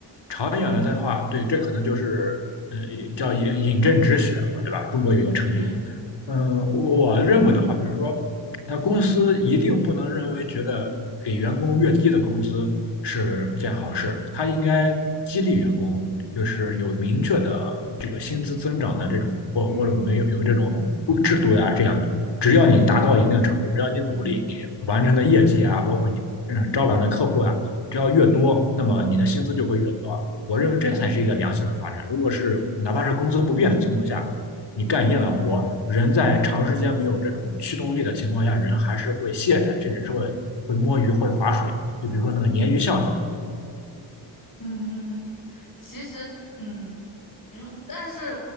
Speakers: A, on the left; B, on the left.
A: 长远了的话，对，这可能就是嗯，叫引引证止血，对吧？中国有一个成语。
B: 嗯嗯
A: 嗯，我我认为的话，比如说，他公司一定不能认为觉得给员工越低的工资是件好事，他应该激励员工，就是有明确的这个薪资增长的这种，或或者没有有这种制度呀、
B: 嗯，
A: 这样的。只要你达到一定程度，只要你努力，你完成的业绩啊，包括你嗯招揽的客户啊，只要越多，那么你的薪资就会越多。我认为这才是一个良性的发展。如果是哪怕是工资不变的情况下，你干一样的活，人在长时间没有这种驱动力的情况下，人还是会懈怠，甚至是会会摸鱼、会划水。就比如说那个鲶鱼效应。
B: 嗯嗯。其实，嗯，如但是，